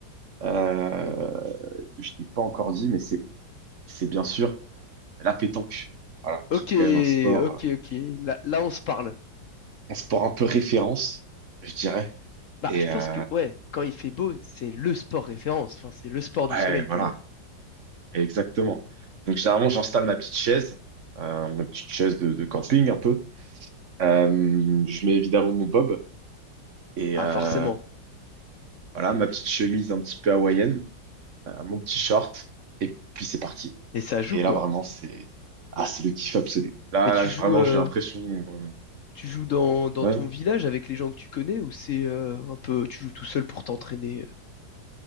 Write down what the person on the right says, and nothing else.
euh, que je t'ai pas encore dit, mais c'est, c'est bien sûr la pétanque. Voilà,
qui est quand même un sport,
euh,
un sport un peu référence, je dirais.
Et
euh,
ouais,
voilà,
exactement. Donc généralement, j'installe ma petite chaise, euh, ma petite chaise de de camping un peu. Euh, je mets évidemment mon bob et
euh,
voilà ma petite chemise un petit peu hawaïenne, euh, mon petit short et puis c'est parti.
Et
là vraiment c'est ah c'est le kiff absolu. Là
là je-
vraiment
j'ai l'impression euh,
ouais.